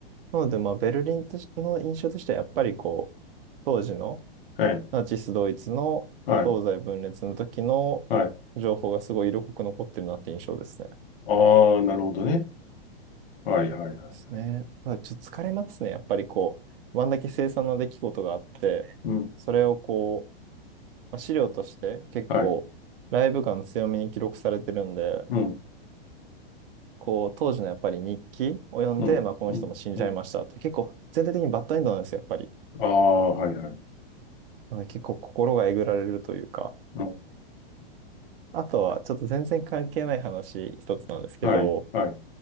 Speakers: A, on the right; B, on the left.
A: なので、まあ、ベルリンとしの印象としてはやっぱりこう、当時の
B: はい、
A: ナチスドイツの東西分裂の時の
B: はい、はい。
A: 情報がすごい色濃く残ってるなって印象ですね。
B: ああ、なるほどね。はい、はい、はい。
A: ですね。ただちょっと疲れますね。やっぱりこう、あんだけ凄惨な出来事があって、
B: うん、
A: それをこう、まあ、資料として結構ライブ感強めに記録されてるんで、
B: はい、うん、
A: こう、当時のやっぱり日記を読んで、
B: うん、
A: まあこの人も死んじゃいましたって、
B: うん。うん
A: 結構全体的にバッドエンドなんですよ、やっぱり。
B: ああ、はい、はい。
A: なので結構心がえぐられるというか。
B: うん
A: あとは、ちょっと全然関係ない話一つなんですけど、
B: はい、はい。